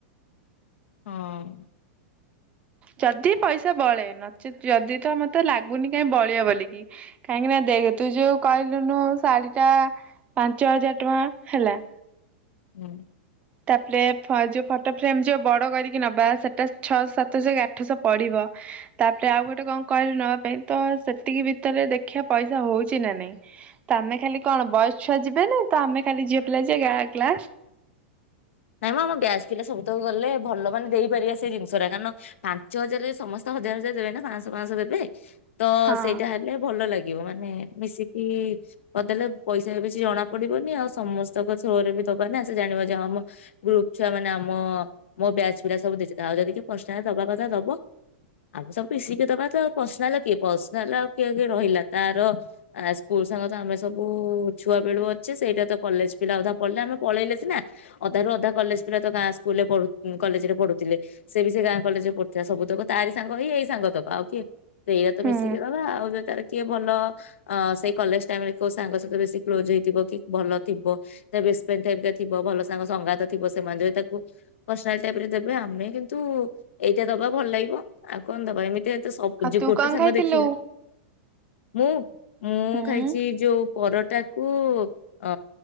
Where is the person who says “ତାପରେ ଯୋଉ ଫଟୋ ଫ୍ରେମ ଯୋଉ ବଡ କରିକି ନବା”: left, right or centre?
Right